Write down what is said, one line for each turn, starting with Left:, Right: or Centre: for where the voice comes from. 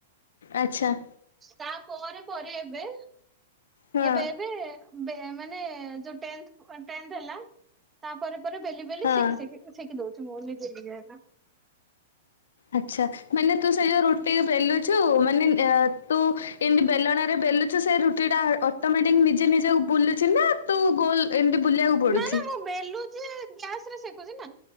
Left: ଆଛା।
Right: ତା ପରେ ପରେ ଏବେ
Left: ହଁ
Right: ଏବେ ଏବେ ମାନେ ଯୋଉ ଟେଥ -ଟେଥ ହେଲା ତା ପରେରେ ପରେ ବୋଲିି
Left: ହଁ।
Right: ସେଖି ଦଉଛି ମୋନିତିି <unintelligible>
Left: ଆଛା ମାନେ ତୁ ସେ ଯୋଉ ରୁଟି ବେଲୁଛୁ ମାନେ ତୁ ଏମିତି ବେଲଣରେ ବେଲୁୁ ଛୁ ସେ ରୁଟି ଟା ଅଟୋମେଟିକ ନିଜେ ନିଜେ ବୁଲୁଚ ନା ତୁ ଗୋଲ ଏମିତି ବୁଲିବାକୁ ପଡୁଛିି?
Right: ନା ନା ମୁଁ ବେଲୁଛି ଗ୍ୟାସ୍ ରେ ସେକୁଛି ନା